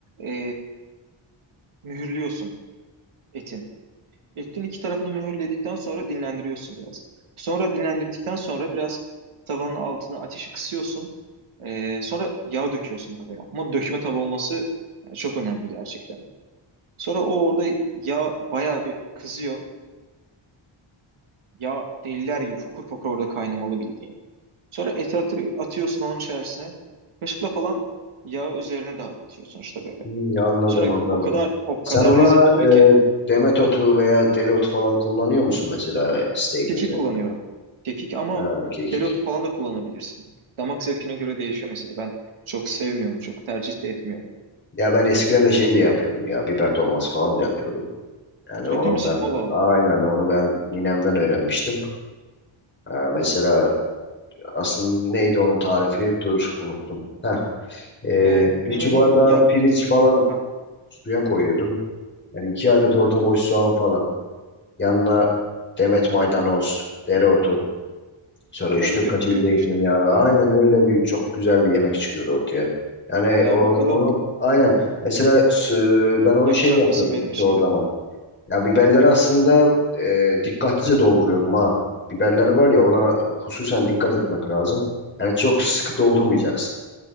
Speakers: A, on the right (about 75°); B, on the left (about 20°).
A: e, mühürlüyorsun etin. Etin iki tarafını mühürledikten sonra dinlendiriyorsun biraz. Sonra dinlendirdikten sonra biraz tavanın altına ateşi kısıyorsun. Ee, sonra yağ döküyorsun tavaya. Ama dökme tava olması yani çok önemli gerçekten. Sonra o orada yağ bayağı bir kızıyor. Yağ deliler gibi fokur fokur orada kaynamalı bildiğin. Sonra eti atır- atıyorsun onun içerisine. Kaşıkla falan yağı üzerine dağıtıyorsun işte böyle.
B: Hmm, anladım
A: Sonra
B: anladım.
A: o kadar o
B: Sen
A: kadar
B: ona
A: lezzetli oluyor ki
B: e, demet otu veya dereotu falan kullanıyor musun mesela steak'in
A: Kekik
B: üzerine?
A: kullanıyorum. Kekik ama
B: Ha, kekik.
A: dereotu falan da kullanabilirsin. Damak zevkine göre değişiyor mesela. Ben çok sevmiyorum, çok tercih de etmiyorum.
B: Ya ben eskiden de şey de yapıyordum ya. Biber dolması falan da yapıyordum. Yani
A: Ciddi
B: onu
A: misin?
B: ben
A: Allah Allah.
B: aynen onu ben ninemden öğrenmiştim. Ha, mesela aslında neydi onun tarifi? Dur unuttum. Heh, ee,
A: Ee, ninenin
B: bir su bardağı
A: yaptı...
B: pirinç falan
A: Ha,
B: suya koyuyordum. Yani iki adet orta boy soğan falan. Yanına demet maydanoz, dereotu. Sonra 3-4
A: öyle döktürüyordun
B: kaşık zeytinyağı.
A: işte.
B: Aynen öyle bir çok güzel bir yemek çıkıyordu ortaya. Yani
A: Ya
B: o,
A: bakalım
B: onu aynen mesela s- ben onu
A: yapacak
B: şey yapıyordum
A: mısın benim
B: çoğu
A: için
B: zaman.
A: de?
B: Ya biberleri aslında e, dikkatlice dolduruyordum ha. Biberleri var ya ona hususen dikkat etmek lazım. Yani çok sıkı doldurmayacaksın.